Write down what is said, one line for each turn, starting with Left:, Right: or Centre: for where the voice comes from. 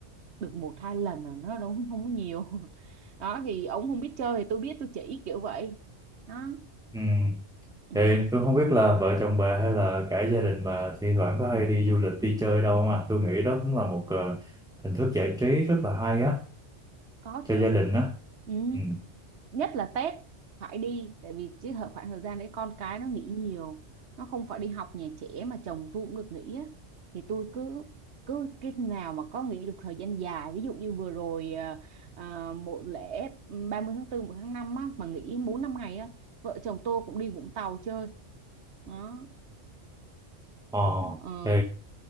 Right: được một hai lần là nó đúng <laughs> không có nhiều <laughs> đó thì ổng không biết chơi thì tôi biết tôi chỉ kiểu vậy đó
Centre: ừ.
Right: ừ,
Centre: thì tôi không biết là vợ chồng bà hay là cả gia đình bà thi thoảng có hay đi du lịch đi chơi đâu mà tôi nghĩ đó cũng là một ờ, hình thức giải trí rất là hay á
Right: có
Centre: cho
Right: chứ
Centre: gia đình á
Right: ừ.
Centre: ừ.
Right: nhất là Tết phải đi tại vì cái thời khoảng thời gian đấy con cái nó nghỉ nhiều nó không phải đi học nhà trẻ mà chồng tôi cũng được nghỉ á thì tôi cứ cứ cái nào mà có nghỉ được thời gian dài ví dụ như vừa rồi à, à, một lễ 30 tháng 4 một tháng 5 á mà nghỉ 4 5 ngày á vợ chồng tôi cũng đi Vũng Tàu chơi đó
Centre: ờ.
Right: ờ.
Centre: thì